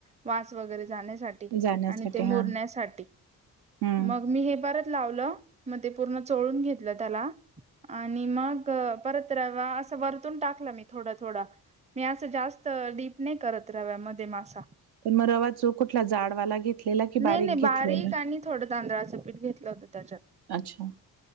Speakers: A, on the right (about 15°); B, on the right (about 70°).
A: वास वगैरे जाण्यासाठी,
B: जाण्यासाठी
A: आणि ते मुरण्यासाठी
B: हा हम्म
A: मग मी हे परत लावलं. मग ते पूर्ण चोळून घेतलं त्याला. आणि मग, परत रवा असं वरतून टाकलं मी थोडं थोडा. मी असं जास्त, डीप नाही करत रव्यामध्ये मास
B: पण मग रवा चो कुठला जाडवाला घेतलेला की
A: नाही, नाही
B: घेतलेला?
A: बारीक आणि थोडं तांदळाचं पीठ घेत ल होत त्याच्यात.
B: अच्छा.